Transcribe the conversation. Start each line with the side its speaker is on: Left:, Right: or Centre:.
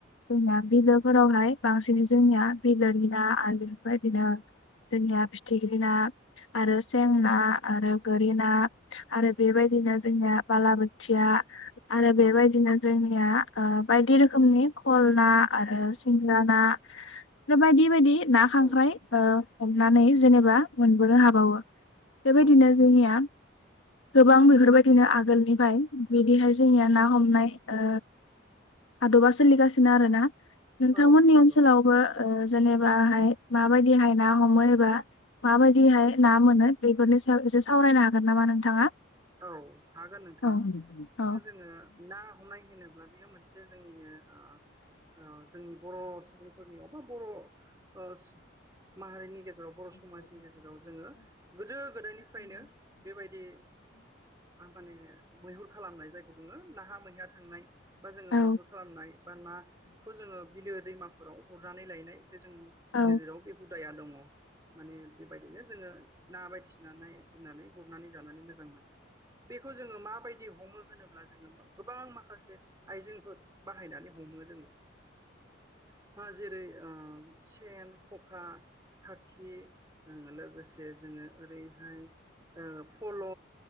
Left: जोंनिया बिलोफोरावहाय बांसिन जोंनिया बिलोनि ना आरोफोर बिदिनो जोंनिया फिथिख्रि ना आरो सें ना आरो गोरि ना आरो बेबायदि बिदिनो जोंनिया बालाबोथिया आरो बेबायदिनो
Right: औ
Left: जोंनिया ओ बायदि रोखोमनि खल ना आरो सिंग्रा ना आरो बायदि बायदि ना खांख्राइ
Right: औ
Left: ओ हमनानै जेनेबा मोनबोनो हाबावो बेबायदिनो
Right: औ
Left: जोंनिया गोबां बेफोरबायदिनो आगोलनिफ्राय बिदिहाय जोंनिया ना हमनाय ओ हादबा सोलिगासिनो आरो ना नोंथांमोननि
Right: औ नंगौ
Left: ओनसोलावबो ओ जेनेबाहाय माबायदिहाय ना हमो एबा माबायदिहाय ना मोनो बेफोरनि सायाव एसे सावरायनो हागोन नामा नोंथाङा
Right: औ हागोन नोंथाङाव
Left: औ औ
Right: जोङो ना हमनाय होनोब्ला बेयो मोनसे जोंनिनो ओ ओ जोंनि बर' सुबुंफोरनि अबा बर' माहारिनि गेजेराव गेजेराव बर' समाजनि गेजेराव जोङो गोदो गोदायनिफ्रायनो बेबायदि माने मैहुर खालामनाय जायखौ बुङो नाहा मैया थांनाय बा जोङो
Left: औ
Right: मैहुर खालामनाय बा नाखौ जोङो बिलो दैमाफोराव हरनानै लायनाय बे जोंनि
Left: औ
Right: गेजेराव बे हुदाया दङ। माने बेबायदिनो जोङो ना बायदिसिना नाय दोननानै गुरनानै जानानै मोजां मोनो। बेखौ जोङो माबायदि हमो होनोब्ला जोङो गोबां माखासे आइजेंफोर बाहायनानै हमो जोङो जेरै ओ सेन खखा खाखि लोगोसे जोङो ओरैहाय ओ फल'